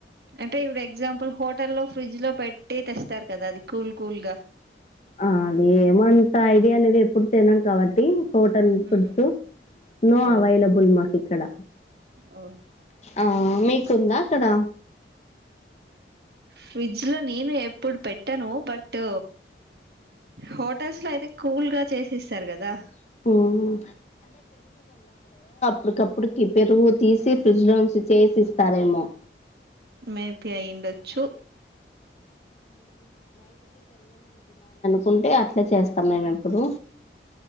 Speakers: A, on the right (about 65°); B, on the left (about 40°).
A: అంటే ఇపుడు ఎగ్జామ్పల్ హోట లో ఫ్రిడ్జ్ లో పెటి తెస్తారు కదా అది కూల్ కూల్గా
B: ఆ అది ఎంఅంతా ఐడియా లేద ఎప్పుడు తీనం కాబట్టి హోటల్ ఫుడ్తో
A: ఉమ్,
B: నో
A: అవును
B: అవైలబుల్ మాకు ఇక్కడ
A: ఓ,
B: ఆ మీకు ఉంద అక్కడ
A: ఫ్రిడ్జ్ లో నేను ఎప్పుడు పెట్టను బట్ హోటల్స్ లో అయితే కూల్గా చేసిస్తారు కదా
B: మ్మ్ అప్పటికప్పుటికి పెరుగు తీసి ఫ్రిడ్జ్ లోంచి చేసి ఇ తారేమో
A: మేపి అయ్యిండోచ్చు
B: కుంటే అట్లే చేస్తాం మేము ఇప్పుడు